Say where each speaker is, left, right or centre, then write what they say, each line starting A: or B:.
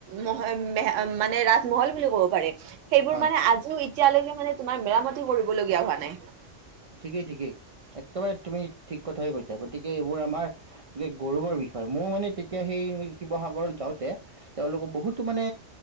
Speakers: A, on the right; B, on the right.
A: মহ মানে ৰা মহল বুলি ক'ব পাৰি। সেইবোৰ
B: হয়
A: মানে আজিও এতিয়ালৈকে মানে তোমাৰ মেৰামতি কৰিব লগিয়া হোৱা নাই।
B: ঠিকেই ঠিকেই একেবাৰে তুমি ঠিক কথাই কৈছা গতিকে এইবোৰ আমাৰ গৌৰৱৰ বিষয় মও মানে তেতিয়া সেই শিৱসাগৰ যাওঁতে তেওঁলোকৰ বহুতো মানে